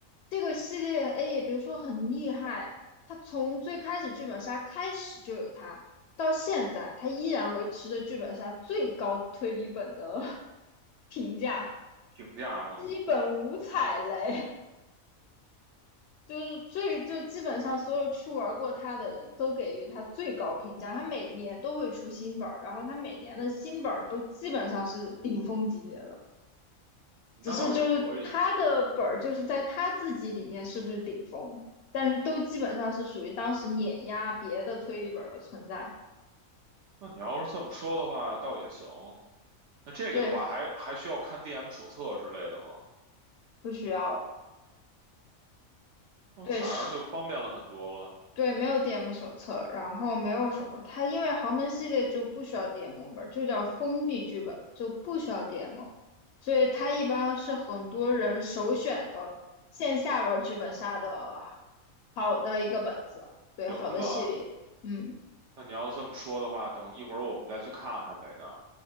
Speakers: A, on the left (about 60°); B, on the right (about 65°).
A: 这个系列 A 也别说很厉害，它从最开始剧本杀开始就有它，到现在它依然维持着剧本杀最高推理本的 <laughs> 评价，
B: 评价嘛，
A: 基本无踩雷。就是最就基本上所有去玩过他的人都给予他最高评价。他每年都会出新本儿，然后他每年的新本儿都基本上是顶峰级别的，
B: 那倒也可以。
A: 只是就是他的本儿就是在他自己里面是不是顶峰，但是都基本上是属于当时碾压别的推理本儿的存在。
B: 那你要是这么说的话，倒也行。那这个的话还，
A: 对，
B: 还需要看 DM 手册之类的吗？
A: 不需要了。
B: 那反而就方便了很多了。
A: 对，是。对，没有 DM 手册，然后没有什么，它因为豪门系列就不需要 DM 本，就叫封闭剧本，就不需要 DM，所以它一般是很多人首选的线下玩剧本杀的好的一个本子，对，
B: 行吧，
A: 好的系列，嗯，
B: 那你要这么说的话，等一会儿我们再去看看呗呢。